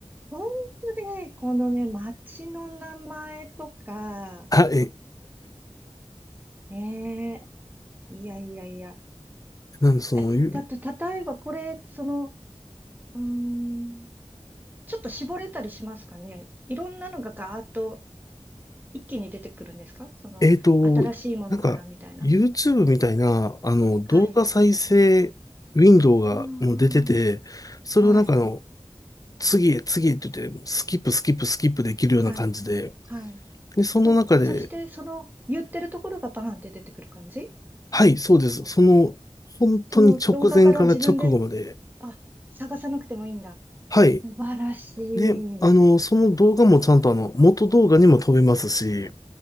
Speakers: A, on the right; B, on the left.
A: 本当で、このね、町の名前とか、
B: <laughs> あ、え、
A: ねえ、いやいやいや。
B: なんでその、
A: え、
B: ゆ
A: だと、例えばこれ、その、うーん、ちょっと絞れたりしますかね。いろんなのがガーッと一気に出てくるんですかその、
B: えっと、
A: 新しいものからみたいな。
B: なんか、YouTube みたいな、あの、
A: はい。
B: 動画再生ウィンドウがもう出てて、
A: あ
B: それをなんかあの、
A: あ、はい、
B: 次へ次へって言って、スキップスキップスキップできるような感じで、
A: はい、はい。
B: で、その中で、
A: そ、そして、その、言ってるところがバーンって出てくる感じ
B: はい、そうです。その、本当に直前から直後まで、
A: その動画から自分で、あ、探さなくてもいいんだ。
B: はい。
A: 素晴らしい。
B: で、あの、その動画もちゃんとあの、元動画にも飛べますし、